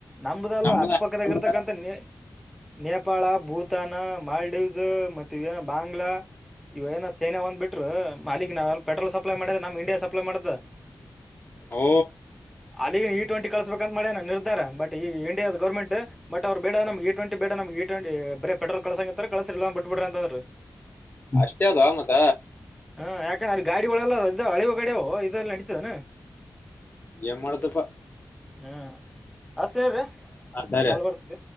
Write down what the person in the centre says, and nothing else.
ನಂಬದೆಲ್ಲ
ಅಕ್ಕಪಕ್ಕದಾಗಿರ್ತಕ್ಕಂತ
ನೀ. ನೇಪಾಳ ಭೂತಾನ ಮಾಲ್ಡೀವ್ಸ್ ಮತ್ತ ಏನ ಬಾಂಗ್ಲಾ. ಇವ ಏನ ಚೈನಾ ಒಂದ್ ಬಿಟ್್ರ ಅಾಲಗ್ ನಾವೆ ಪೆಟ್ರೋಲ್ ಸಪ್ಲೈ ಮಾಡಿದ ನಮ್ ಇಂಡಿಯಾ ಸಪ್ಲೈ ಮಾಡ್ದ.
ಅಲ್ಲಿಗೆ ಇ ಟ್ವೆಂಟಿ ಕಳಸ್ಬೇಕು. ಮಾಡಿ ನ ನಿರ್ಧಾರ ಬಟ್ ಇಿಯ ಗರ್ಮೆಟ್ ಅವ್ ಬೇಡ ನಮ್ ಇ ಟ್ಂಟಿ ಬೇಡ ನಮ್ ಇ ಟ್ವೆಟಿ ಬೇ ಪೆಟ್ರೋಲ್. ಕಲಸಂಗ ಕಸರ್ಲ್ಲ ಬಿಟ್ಬಿದ್ರ ಅಂತ.
ಹಾ ಯಾಕೆಂದ್ರೆ ಗಾಡಿಗಳೆಲ್ಲ ಇದ ಅಳೆುವ ಗಾಿಯವು ಇದೆಲ್ಲಿ ನಡತದಾನ.
ಹಾ ಹಚ್ತೀನ್ ಇರ್ರಿ
ಕಾಲ್ ಬರ್ತದೆ